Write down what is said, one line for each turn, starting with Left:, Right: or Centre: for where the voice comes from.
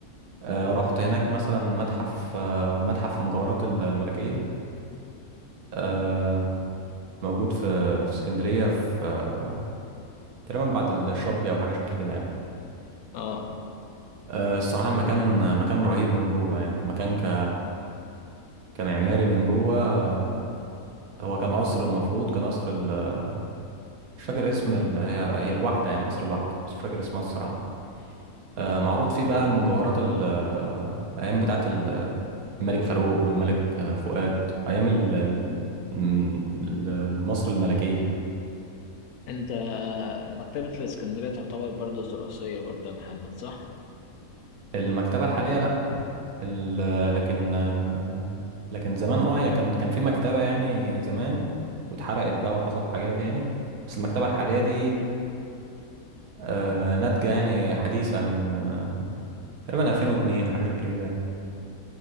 Right: آه، رحت هناك مثلا متحف آه، متحف مجوهرات ال- الملكية آه، موجود في في اسكندرية في آه، تقريبا بعد الشاطبي أو حاجة شكل كده يعني
Left: اه
Right: آه، الصراحة المكان مكان رهيب من جوه يعني مكان ك كمعماري من جوه آه، هو كان قصر المفروض كان قصر ال... مش فاكر اسم ال... هي هي الواحدة يعني قصر الواحدة بس مش فاكر اسمها الصراحة آه، معروض فيه بقى المجوهرات ال- آه، ايام بتاعه ال- الملك فاروق والملك آه، فؤاد ايام ال- ال- م- ال- مصر الملكيه يعني
Left: انت مكتبه الاسكندريه تعتبر برضه دراسيه برضه يا محمد صح
Right: المكتبه الحاليه لا ال- لكن آه، لكن زمان اه هي كان كان في مكتبه يعني زمان واتحرقت بقى وحصلت حاجات يعني بس المكتبه الحاليه دي آه، ناتجه يعني حديثه من آه، تقريبا 2002 حاجه شكل كده يعني.